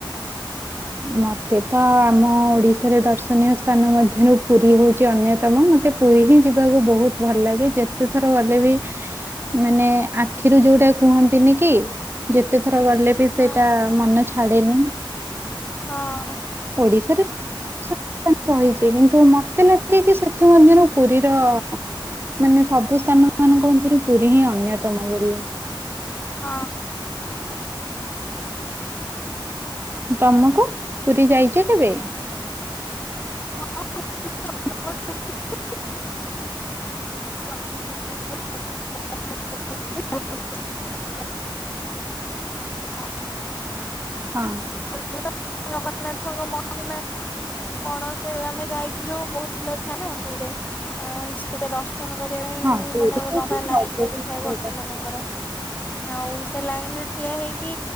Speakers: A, on the right; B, on the left.
A: ମୋତେ ତ ଆମ ଓଡ଼ିଶାରେ ଦର୍ଶନୀୟ ସ୍ଥାନ ମଧ୍ୟରୁ ପୁରୀ ହେଉଛି ଅନ୍ୟତମ ମତେ ପୁରୀ ହିଁ ଯିବାକୁ ବହୁତ୍ ଭଲ ଲାଗେ ଯେତେଥର ଗଲେ ବି ମାନେ ଆଖିରୁ ଯୋଉଟା କୁହନ୍ତିନି କି ଯେତେ ଥର ଗଲେ ବି
B: ହଁ
A: ସେଇଟା ମନେ ଛାଡେନି।
B: ହଁ।
A: ଓଡ଼ିଶାରେ <unintelligible> ରହିଛି କିନ୍ତୁ ମତେ ଲାଗେ କି ସେଥିମଧ୍ୟରୁ ପୁରୀର ମାନେ ସବୁ ସ୍ଥାନ ମାନଙ୍କ ମଧ୍ୟରୁ ପୁରୀ ହିଁ ଅନ୍ୟତମ ବୋଲି
B: ହଁ।
A: ତମକୁ ପୁରୀ ଯାଇଛ କେବେ?
B: <unintelligible> <unintelligible> <unintelligible>
A: ହଁ।
B: ପୁରୀ ରେ ତ ଜଗନ୍ନାଥଙ୍କ ମହିମା ଆମେ କଣ ସେ ଆମେ ଯାଇଥିଲୁ ଯୋଉ ବହୁତ୍ ଭିଡ଼ ଥାଏ ନା <unintelligible> ଟିକେ ଦର୍ଶ ଦର୍ଶନ କରିବା ପାଇଁ
A: ହଁ ପୁରୀ
B: ମାନେ
A: ହଉଛି
B: ଲମ୍ବା
A: ସବୁଠୁ
B: ଲାଇନ୍ ଲାଗିଥାଏ
A: ସୁନ୍ଦର।
B: ଭକ୍ତ ମାନଙ୍କର। ଆଉ ସେ ଲାଇନ୍ ରେ ଠିଆ ହେଇକି